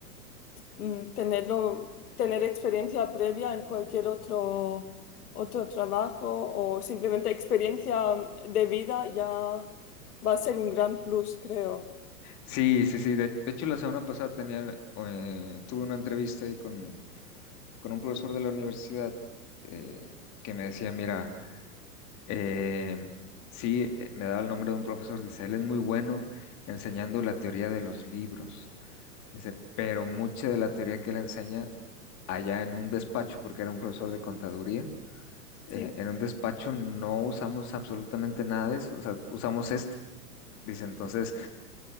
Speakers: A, on the left; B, on the left.
A: mm, tenerlo, tener experiencia previa en cualquier otro, otro trabajo o simplemente experiencia de vida ya va a ser un gran plus, creo.
B: sí, sí, sí. De de hecho, la semana pasada tenía, eh, tuve una entrevista ahí con, con un profesor de la universidad eh, que me decía, mira, eh, sí, eh, me daba el nombre de un profesor, dice, él es muy bueno enseñando la teoría de los libros. Dice, pero mucha de la teoría que él enseña allá en un despacho, porque era un profesor de contaduría,
A: Sí.
B: eh, en un despacho no usamos absolutamente nada de eso, o sea, usamos esto. Dice, entonces,